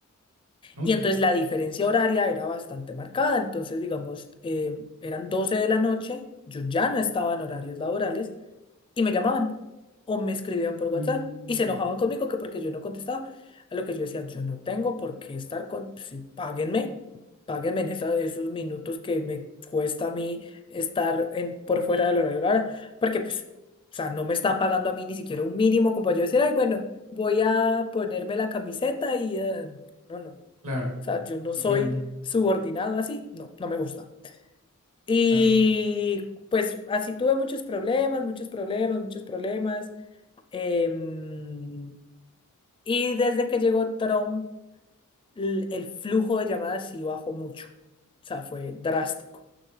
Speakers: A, on the right; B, on the left.
A: ¿no?
B: Y
A: Ok.
B: entonces la diferencia horaria era bastante marcada. Entonces, digamos, eh, eran 12 de la noche, yo ya no estaba en horarios laborales y me llamaban o me escribían por WhatsApp
A: Mm,
B: y se enojaban conmigo que porque yo no contestaba. A lo que yo decía, yo no tengo por qué estar con, si páguenme, páguenme en esa- esos minutos que me cuesta a mí estar en, por fuera del horario laboral, porque pues, o sea, no me están pagando a mí ni siquiera un mínimo como para yo decir, ay, bueno, voy a ponerme la camiseta y... eh, no, no. no".
A: claro,
B: O sea, yo
A: lo
B: no
A: comprendo.
B: soy subordinado así, no, no me gusta. Y
A: Claro.
B: pues así tuve muchos problemas, muchos problemas, muchos problemas. em, y desde que llegó Trump, l- el, flujo de llamadas sí bajó mucho. O sea, fue drástico.